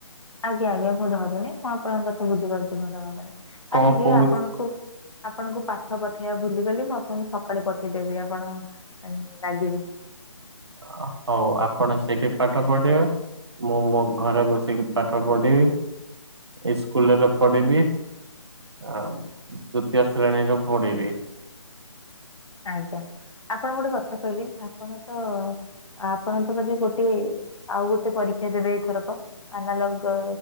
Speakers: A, on the left; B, on the right.
A: ଆଜ୍ଞା ଆଜ୍ଞା ମୁଁ ଧରୁନି ଆପଣଙ୍କ କଥା ବୁଝିପାରୁଚି। ଭଲ ଭାବରେ
B: କଣ
A: ଆରେ ହେ
B: କହୁଛ
A: ଆପଣଙ୍କୁ ଆପଣଙ୍କୁ ପାଠ ପଠେଇବା ଭୁଲି। ଗଲି ମୁଁ କହିଲି ଆପଣଙ୍କୁ ସକାଳୁ ପଠେଇଦେବି ଆପଣ ରାଗିବେନି।
B: ଆ ହଉ ଆପଣ ସେଇଠି ପାଠ ପଢିବେ। ମୁଁ ମୋ ଘରେ ବସିକି ପାଠ ପଢିବି। ଇସ୍କୁଲ୍ ରେ ପଢିବି। ଆଉ ତୃତୀୟ ଶ୍ରେଣୀରେ ପଢିବି।
A: ଆଜ୍ଞା। ଆପଣ ଗୋଟେ କଥା କହିଲେ ଆପଣ ତ ଆପଣ ତ ବୋଧେ ଗୋଟେ ଆଉ ଗୋଟେ ପରୀକ୍ଷା ସିଏ ଦେବେ ଏଇଥରକ ଅନାଲଗ